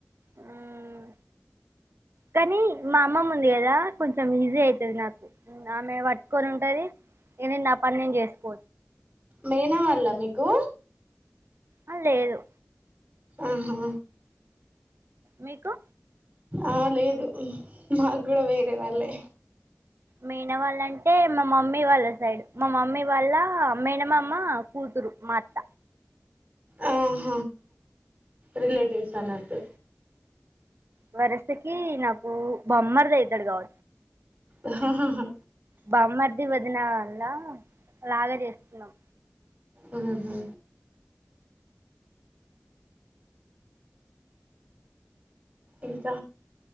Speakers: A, on the right (about 55°); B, on the right (about 25°).
A: ఉమ్ కానీ మా అమ్మమ ఉంది కదా కొంచెం ఈజీ అవుతుది నాకు ఆమె పట్టుకొని ఉంటది ఏండి నా పని నేను చేసుకో
B: మెనా వాళ్ళ మీకు
A: ఆ లేదు
B: ఆహా
A: మీకు
B: ఆ లే లేదు మాకు కూడ వేరే వాళ్ళే
A: మేన వాళ్ళంటే మా మమ్మీ వాళ్ళ సైడ్ మా మమ్మీ వాళ్ళ మేనమామ్మ కూతురు మ అత్త
B: ఆహ రిలేటివ్స్ అన్నట్టు
A: వరుసకి నాకు బొమ్మర్దితాడు <unintelligible>
B: ాాహ హా
A: బామ్మర్ది వదిన వల్ల లాగ చేస్తున్నాం
B: ఆహా ఇంక